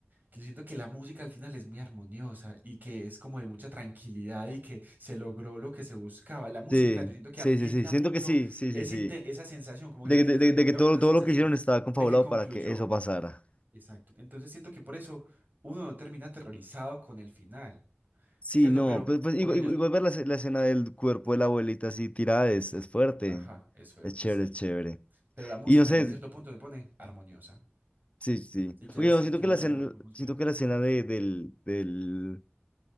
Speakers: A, on the right (about 45°); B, on the left (about 30°).
A: que yo siento que la música al final es muy armoniosa y que es como de mucha tranquilidad y que se logró lo que se buscaba. La música,
B: Sí,
A: yo siento que
B: sí,
A: ambienta
B: sí, sí, siento
A: mucho
B: que sí, sí,
A: ese
B: sí, sí.
A: inte- esa sensación, como que
B: De,
A: le
B: que-
A: quiere
B: de,
A: transmitir
B: de- de que
A: a
B: todo,
A: uno esa
B: todo
A: sensación
B: lo que hicieron estaba confabulado
A: de que concluyó.
B: para que eso pasara.
A: Exacto. Entonces siento que por eso uno no termina aterrorizado con el final,
B: Sí,
A: ¿cierto?
B: no,
A: Pero
B: pues, pues
A: porque
B: igual,
A: ellos...
B: igual- ver la, escena la escena del cuerpo de la abuelita así tirada es,
A: Sí.
B: es fuerte,
A: Ajá, es suerte,
B: es chévere,
A: sí.
B: es chévere.
A: Pero la música
B: Y no sé,
A: ya en cierto punto se pone armoniosa.
B: Sí, sí.
A: Si quieres,
B: Porque yo
A: si
B: siento
A: quieres
B: que la
A: lo,
B: escena,
A: lo podemos
B: siento
A: ver.
B: que la escena de, del, del,